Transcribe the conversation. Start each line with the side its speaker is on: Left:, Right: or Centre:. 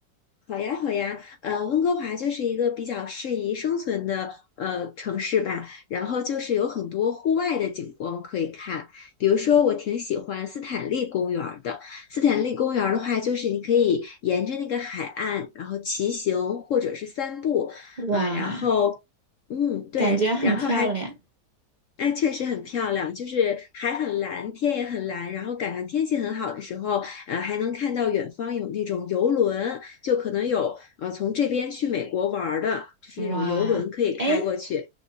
Left: 好呀，好呀，呃，温哥华就是一个比较适宜生存的呃城市吧，然后就是有很多户外的景观可以看，比如说我挺喜欢斯坦利公园儿的。斯坦利公园儿的话，就是你可以沿着那个海岸，然后骑行或者是散步，
Right: 哇，
Left: 呃，然后嗯，对，
Right: 感觉很漂亮。
Left: 然后还哎，确实很漂亮，就是海很蓝，天也很蓝，然后赶上天气很好的时候，呃，还能看到远方有那种游轮，就可能有呃从这边去美国玩儿的，就是那种游轮可以开过去。
Right: 哇，哎，